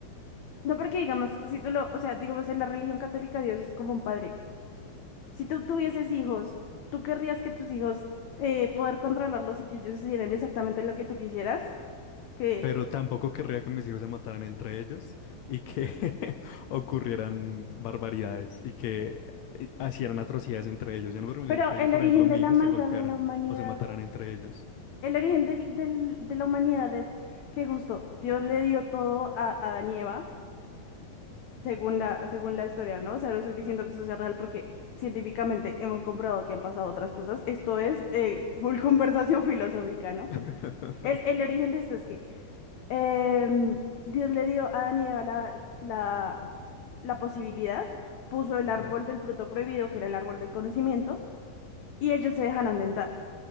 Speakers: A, on the left; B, on the left.
A: No, porque digamos, si tú lo, o sea, digamos, en la religión católica Dios es como un padre. Si tú tuvieses hijos, ¿tú querrías que tus hijos eh, poder controlarlos y que ellos hicieran exactamente lo que tú quisieras? Que...
B: Pero tampoco querría que mis hijos se mataran entre ellos y que <laughs> ocurrieran barbaridades y que eh, hicieran atrocidades entre ellos. Yo no permitiría
A: Pero
B: que, digo,
A: el
B: por
A: origen
B: ejemplo, mi
A: de la
B: hijo
A: maldad
B: se golpearan
A: en la humanidad,
B: o se mataran entre ellos.
A: el origen del- del- de la humanidad es que justo Dios le dio todo a a Adán y Eva, según la, según la historia, ¿no? O sea, no estoy diciendo que esto sea real porque científicamente hemos comprobado que han pasado otras cosas. Esto es eh, full <laughs> conversación filosófica, ¿no?
B: <laughs>
A: El, el origen de esto es que em, Dios le dio a Adán y Eva la, la, la posibilidad, puso el
B: Ujú.
A: árbol del fruto prohibido, que era el árbol del conocimiento, y ellos se dejaron tentar,